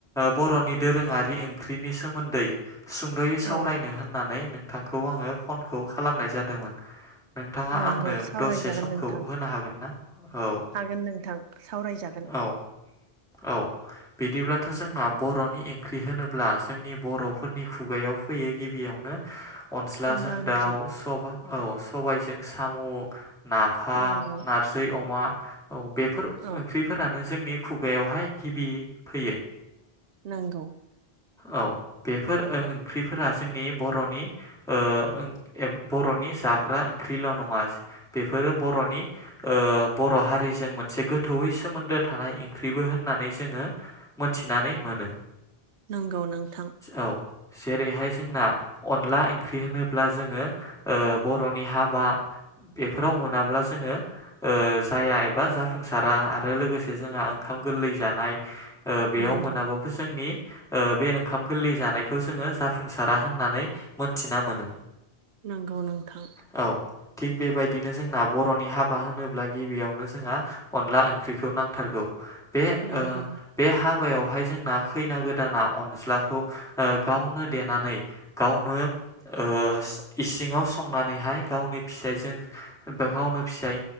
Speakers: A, in the centre; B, on the right.
A: बर'नि दोरोङारि ओंख्रिनि सोमोन्दै सुंद'यै सावरायनो
B: औ
A: होननानै नोंथांखौ आङो फनखौ खालामनाय जादोंमोन। नोंथाङा
B: नंगौ
A: आंनो
B: सावरायजागोन
A: दसे समखौ
B: नोंथां
A: होनो हागोन ना? औ
B: हागोन नोंथां सावरायजागोन।
A: औ औ बिदिब्लाथ' जोंना बर'नि ओंख्रि होनोब्ला जोंनि बर'फोरनि खुगायाव फैयो गिबियावनो अनज्लाजों
B: अनला ओंख्रि
A: दाउ, सबा औ सबायजों साम' नाफाम,
B: नंगौ
A: नारजि अमा, औ बे फोर
B: औ
A: ओंख्रिफोरानो जोंनि खुगायावहाय गिबि फैयो।
B: नोंगौ।
A: औ बेफोर ओंख्रिफोरा जोंनि बर'नि ओ ओं ए बर' नि जाग्रा ओंख्रिल' नङा बेफोरो बरनि ओ बर' हारिजों मोनसे गो थौयै सोमोन्दो थानाय ओंख्रिबो होननानै जोङो मोनथिनानै मोनो।
B: नोंगौ नोंथां।
A: औ जेरैहाय जोंना अनला ओंख्रि होनोब्ला जोङो बर'नि हाबा बेफोराव मोनाब्ला जोङो ओ जाया एबा जाफुंसारा आरो लोगोसे जोंहा ओं खाम गोरलै जानाय ओ बेयाव
B: नंगौ
A: मोनाबाबो नि ओ बे ओंखाम गोरलै जानायखौ जोङो जाफुंसारा होननानै मोनथिना मोनो।
B: नोंगौ नोंथां।
A: औ थिग बेबायदिनो जोंना बर'नि हाबा होनोब्ला गिबियावनो जोंहा अनला ओंख्रिखौ नांथारगौ। बे
B: नंगौ
A: ओ बे हाबायावहाय जोंना खैना गोदाना अनज्लाखौ ओ गावनो देनानै गावनो ओ इसिङाव संनानैहाय गावनि फिसाइजों गावनो फिसाय